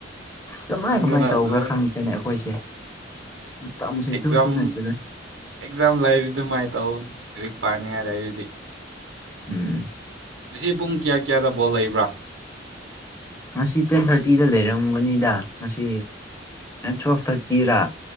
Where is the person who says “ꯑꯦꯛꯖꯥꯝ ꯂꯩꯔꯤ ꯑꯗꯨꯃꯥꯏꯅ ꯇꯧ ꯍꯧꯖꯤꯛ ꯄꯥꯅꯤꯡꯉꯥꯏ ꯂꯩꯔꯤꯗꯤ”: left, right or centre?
Right